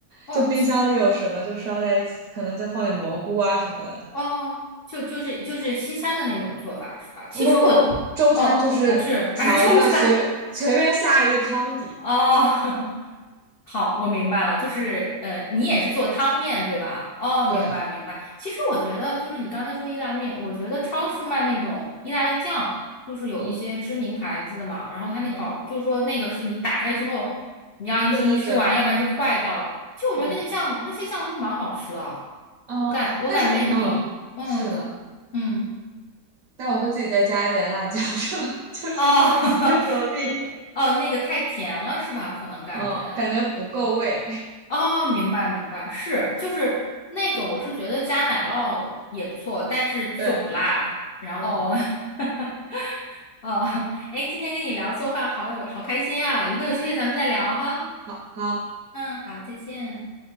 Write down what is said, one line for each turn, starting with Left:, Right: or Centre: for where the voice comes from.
Left: 哦，
Right: 就冰箱里有什么就烧在一起，可能再放点蘑菇啊什么的。
Left: 哦，就就是就是西餐的那种做法是吧？其实我，
Right: 不不不，中餐就是调一个随便随便下一个汤底。
Left: 哦，不是，还是中餐 <laughs> 哦。<laughs> 好，我明白了，就是呃，你也是做汤面对吧？哦，
Right: 对，
Left: 明白明白。其实我觉得就是你刚才说意大利面，我觉得超市卖那种意大利酱，就是有一些知名牌子的嘛，
Right: 嗯
Left: 然后它那个保，
Right: 嗯，
Left: 就是说那个是你打开之后，你要一个星期吃完，
Right: 对对对，
Left: 要不然就坏掉了。其实我觉得那个酱，
Right: 嗯
Left: 那些酱都蛮好吃的啊，
Right: 嗯，
Left: 我感我感觉你，
Right: 但是嗯是的。
Left: 嗯嗯。
Right: 但我会自己再加一点辣椒，是吧？<laughs> 就是中西合璧，
Left: 哦，<laughs> 哦，那个太甜了是吧？可能感觉
Right: 嗯，感觉不够味，
Left: 哦，明白明白，是就是那个，我是觉得加奶酪也不错，但是就不辣。
Right: <laughs> 对，
Left: 然后，
Right: 嗯。
Left: <laughs> 哦，哎，今天跟你聊做饭好有好开心啊！以后有机会咱们再聊哈。
Right: 好。
Left: 嗯，好，再见。